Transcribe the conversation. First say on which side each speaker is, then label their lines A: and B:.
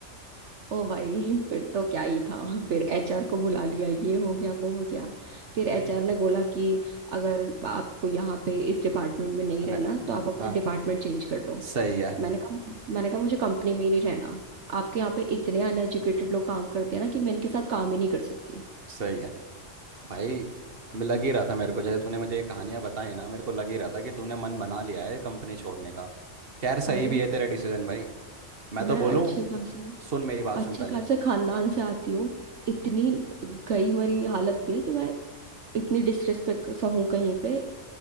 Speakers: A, on the right; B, on the right.
A: ओ भाई फिर तो क्या ही था फिर एचआर को बुला लिया ये हो गया वो हो गया फिर एचआर
B: भाई
A: ने बोला कि अगर आपको यहाँ पे इस डिपार्टमेंट में नहीं
B: अरे
A: रहना
B: हाँ
A: तो आप अपना
B: हाँ,
A: डिपार्टमेंट चेंज कर लो
B: सही है
A: मैंने कहा मैंने कहा मुझे कंपनी में ही नहीं रहना आपके यहाँ पे इतने अनएजुकेटेड लोग काम करते हैं ना कि मैं इनके साथ काम ही नहीं कर सकती
B: सही है भाई मैं लग ही रहा था मेरे को जैसे तूने मुझे ये कहानियां बताई ना मेरे को लग ही रहा था कि तूने मन बना लिया है कंपनी छोड़ने का खैर सही
A: अरे
B: भी है तेरा डिसीजन भाई मैं तो
A: मैं
B: बोलूं
A: अच्छे खासे
B: सुन मेरी बात
A: अच्छे
B: सुन पहले
A: खासे खानदान से आती हूँ इतनी गई मरी हालत नहीं है कि मैं इतनी डिसरिस्पेक्ट सा हूँ कहीं पे